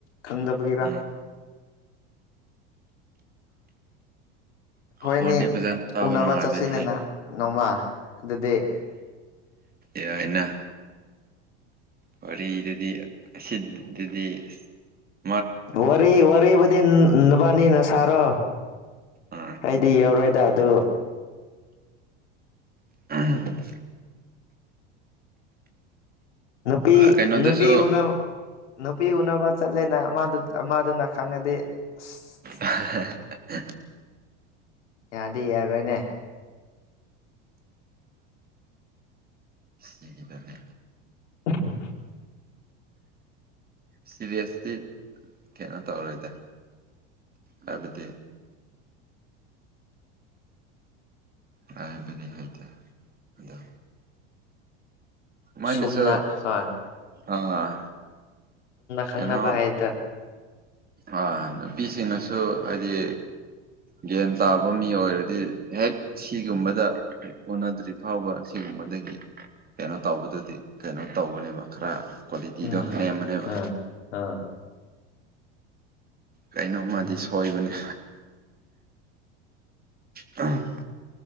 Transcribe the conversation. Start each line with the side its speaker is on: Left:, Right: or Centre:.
Left: ꯈꯪꯗꯕꯒꯤꯔ
Right: ꯎꯝ ꯈꯣꯟꯗꯤ
Left: ꯑꯈꫭꯏꯅꯤ
Right: ꯐꯖꯅ ꯇꯥꯕ
Left: ꯎꯅꯕ
Right: ꯅꯨꯡꯉꯥꯏꯕꯅꯦ
Left: ꯆꯠꯁꯤꯅꯦ ꯅꯍꯥ ꯅꯣꯡꯃ ꯑꯗꯨꯗꯤ
Right: ꯌꯥꯏꯅ ꯋꯥꯔꯤꯗꯨꯗꯤ ꯁꯤꯗꯗꯤ ꯑꯁ
Left: ꯋꯥꯔꯤꯔꯤ ꯑꯣꯏꯕꯗꯤꯟ ꯅꯕꯥꯅꯤꯅ ꯁꯥꯔꯣ
Right: ꯑꯥ
Left: ꯑꯩꯗꯤ ꯌꯧꯔꯣꯏꯗ ꯑꯗꯨ
Right: ꯑꯝ
Left: ꯅꯨꯄꯤ
Right: ꯀꯩꯅꯣꯗꯁꯨ
Left: ꯅꯨꯄꯤ ꯎꯅ ꯅꯨꯄꯤ ꯎꯅꯕ ꯆꯠꯂꯦꯅꯗꯨ ꯑꯃꯗꯨꯅ ꯈꯪꯉꯗꯤ ꯑꯁ
Right: <unintelligible>
Left: ꯌꯥꯗꯤ ꯌꯥꯔꯣꯏꯅꯦ
Right: ꯁꯤꯒꯤꯗꯗꯤ
Left: ꯎ
Right: ꯁꯤꯔꯤꯁꯇꯤ ꯀꯩꯅꯣ ꯇꯧꯔꯣꯏꯗ ꯍꯥꯏꯕꯗꯤ ꯍꯥꯏꯕꯗꯤ ꯍꯩꯇꯦ ꯑꯗꯣ ꯃꯣꯏꯅꯁꯨ
Left: ꯁꯝꯅ ꯍ
Right: ꯑꯥ
Left: ꯈꯪꯅꯕ
Right: ꯀꯩꯅꯣ
Left: ꯍꯥꯏꯗꯣ
Right: ꯑ ꯅꯨꯄꯤꯁꯤꯡꯅꯁꯨ ꯍꯥꯏꯗꯤ ꯒ꯭ꯌꯥꯟ ꯇꯥꯕ ꯃꯤ ꯑꯣꯏꯔꯗꯤ ꯍꯦꯛ ꯁꯤꯒꯨꯝꯕꯗ ꯑꯣꯅꯗ꯭ꯔꯤ ꯐꯥꯎꯕ ꯁꯤꯒꯨꯝꯕ ꯍꯪꯕꯗꯒꯤ ꯀꯩꯅꯣ ꯇꯧꯕꯗꯨꯗꯤ ꯀꯩꯅꯣ ꯇꯧꯕꯅꯦꯕ ꯈꯔ ꯀ꯭ꯋꯥꯂꯤꯇꯤꯗꯣ
Left: ꯎꯝ
Right: ꯅꯦꯝꯕꯅꯦꯕ
Left: ꯑꯥ ꯑꯥ
Right: ꯀꯩꯅꯣꯝꯃꯗꯤ
Left: ꯎꯝ
Right: ꯁꯣꯏꯕꯅꯦ ꯎꯝ